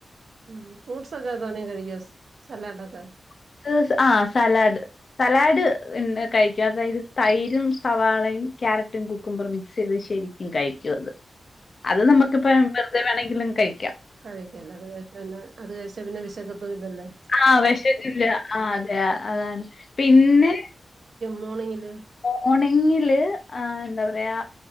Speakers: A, on the right; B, on the left.
A: ഉംഹ് ഫ്രൂട്ടസക്കെ തൊനെ കഴിക്കോ സലാടക്കെ
B: ഫ്രൂട്ട്സ് ആഹ് സലാഡ് സലാഡ് ഇൻ കഴിക്കും അതായത് തൈരും സവാളയും ക്യാരറ്റും കുക്കുംബറും മിക്സ് ചെയ്ത് ശരിക്കും കഴിക്കും അത് അത് നമക്കിപ്പം വെറുതെ വേണെ കിനം കയ്ക്കും
A: കഴിക്കല്ല അത് കഴിച്ചന്ന അത് കഴിച്ചാ പിന്നെ വിശക്കത്തു ഇല്ലല്ലോ
B: ആഹ വെശക്കില്ല ആഹ്ആ അതെ അതാണ് പിന്നെ
A: മോണിങ്ങിൽ
B: മോർണിങ്ങില് ആഹ്ആ എന്താ പറാ വേയാ